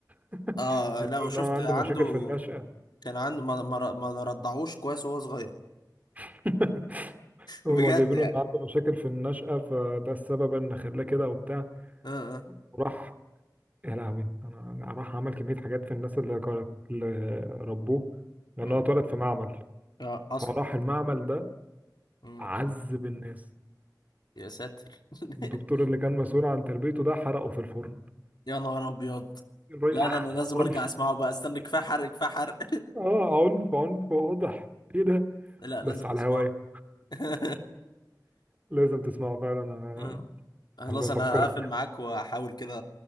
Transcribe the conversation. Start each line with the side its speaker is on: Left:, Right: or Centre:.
Right: <laughs>
Left: اه
Right: جايبينه
Left: لا وشفت
Right: ان هو عنده
Left: عنده
Right: مشاكل في النشأة
Left: كان عنده ما ما ر- ما رضعوش كويس وهو صغير
Right: <laughs> هو
Left: بجد
Right: جايبينه
Left: يعني
Right: ان عنده مشاكل في النشأة فده السبب ان خلاه كده وبتاع
Left: اه اه
Right: وراح يا لهوي انا أنا راح عمل كمية حاجات في الناس اللي كانت- اللي ربوه لان
Left: مم.
Right: هو اتولد في معمل
Left: اه اصلا
Right: فراح المعمل ده
Left: مم.
Right: عذب الناس
Left: يا ساتر <laughs>
Right: الدكتور اللي كان مسؤول عن تربيته ده حرقه في الفرن
Left: يا نهار ابيض
Right: الراجل-
Left: لا
Right: آه،
Left: انا أنا لازم
Right: عنف
Left: ارجع اسمعه بقى استنى كفايه حرق كفايه حرق
Right: اه عنف عنف واضح ايه ده
Left: <laughs> لا
Right: بس
Left: لازم
Right: على
Left: اسمعه
Right: هواي
Left: <laughs>
Right: لازم تسمعه فعلا انا
Left: مم. خلاص
Right: هبقى افكرك
Left: انا هقفل معاك واحاول كده